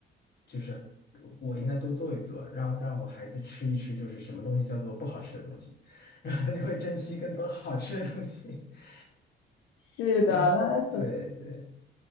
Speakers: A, on the left; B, on the left.
A: 就是我应该多做一做，让让我孩子吃一吃，就是什么东西叫做不好吃的东西，<laughs> 然后他就会珍惜更多好吃的东西。<laughs>
B: 是的，
A: 然后，
B: 那那可
A: 对对，